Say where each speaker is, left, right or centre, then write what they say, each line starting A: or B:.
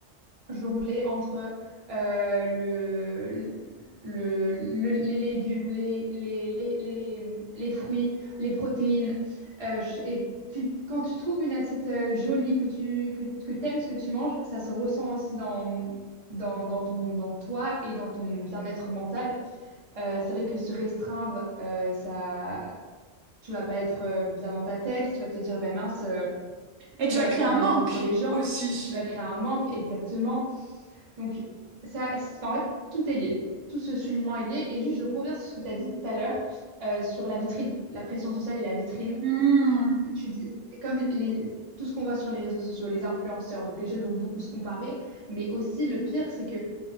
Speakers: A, on the right; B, on the right.
A: jongler entre euh, le, le, le- les légumes, les, les, les, les, les fruits, les protéines. Euh, je- et puis, quand tu trouves une assiette euh, jolie, que tu que, que t'aimes ce que tu manges, ça se ressent aussi dans, dans, dans ton, dans toi et dans ton bien-être mental. Euh, c'est vrai que se restreindre, euh, ça, tu vas pas être euh, bien dans ta tête, tu vas te dire, ben mince, euh,
B: Et
A: tu
B: tu
A: vas
B: vas
A: être
B: créer
A: énervé
B: un manque
A: contre les gens,
B: aussi.
A: tu vas créer un manque, exactement. Donc, ça, c'est- enfin, en fait, tout est lié. Tout ce cheminement est lié. Et juste, je reviens sur ce que tu as dit tout à l'heure, euh, sur la vitrine, la pression sociale et la vitrine,
B: Hmm.
A: que tu dis, comme les, tout ce qu'on voit sur les réseaux sociaux, les influenceurs, donc les jeunes vont beaucoup se comparer, mais aussi le pire, c'est que